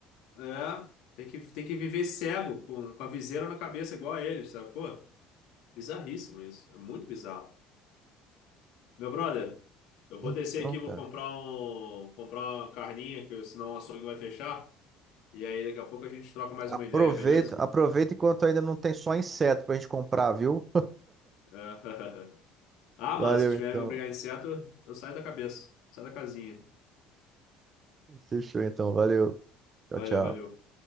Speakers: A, on the left; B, on the right.
A: É, tem que, tem que viver cego, com, com a viseira na cabeça igual a eles, sabe? Pô, bizarríssimo isso. É muito bizarro. Meu brother, eu vou
B: Então,
A: descer aqui, vou
B: cara.
A: comprar um, comprar uma carninha, que senão o açougue vai fechar. E aí daqui a pouco a gente troca mais
B: Aproveita,
A: uma ideia, beleza?
B: aproveita enquanto ainda não tem só inseto pra gente comprar, viu?
A: É. <laughs>
B: <laughs>
A: Ah,
B: Valeu
A: mano, se tiverem
B: então.
A: que brigar inseto, eu saio da cabeça. Saio da casinha.
B: Fechou então. Valeu. Tchau,
A: Valeu,
B: tchau.
A: valeu.